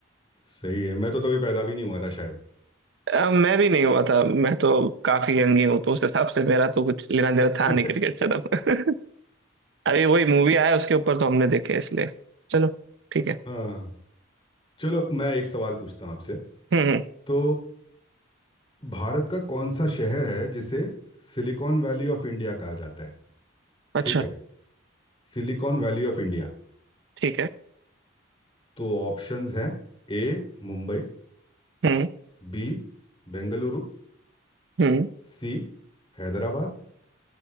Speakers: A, on the left; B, on the right.
A: सही है मैं तो तभी पैदा भी नहीं हुआ था शायद
B: अ, मैं भी नहीं हुआ था मैं तो काफी यंग ही हूँ तो उस हिसाब से मेरा तो कुछ लेना देना था
A: <laughs>
B: नहीं क्रिकेट से तब <laughs> अभी वही मूवी आया उसके ऊपर तो हमने देखे इसलिए चलो ठीक है
A: हाँ चलो मैं एक सवाल पूछता हूँ आपसे
B: हम्म हम्म,
A: तो भारत का कौन सा शहर है जिसे सिलिकॉन वैली ऑफ इंडिया कहा जाता है
B: अच्छा
A: ठीक है सिलिकॉन वैली ऑफ इंडिया
B: ठीक है
A: तो ऑप्शंस हैं A Mumbai
B: हम्म
A: B Bengaluru
B: हम्म
A: C Hyderabad